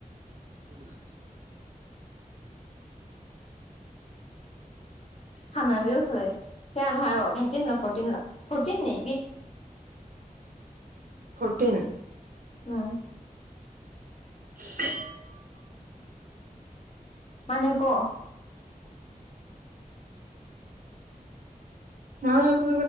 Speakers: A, on the right; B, on the left.
A: ꯎꯝ
B: ꯁꯥꯟꯕꯤꯦ ꯁꯦ ꯅꯍꯣꯏꯣ ꯊꯔꯇꯤꯟ ꯂ ꯐꯣꯔꯇꯤꯟ ꯂ ꯐꯣꯔꯇꯤꯟ ꯅ
A: ꯐꯣꯔꯇꯤꯟ
B: ꯑꯝ
A: <unintelligible>
B: ꯃꯥꯅꯦ ꯀꯣ
A: ꯍ ꯄꯨ